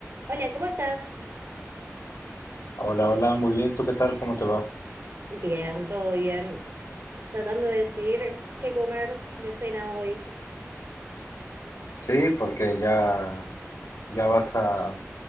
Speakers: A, on the right; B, on the left.
A: Hola, ¿cómo estás?
B: Hola, hola, muy bien. ¿Tú qué tal? ¿Cómo te va?
A: Bien, todo bien. Tratando de decidir qué comer de cena hoy.
B: Sí, porque ya, ya vas a,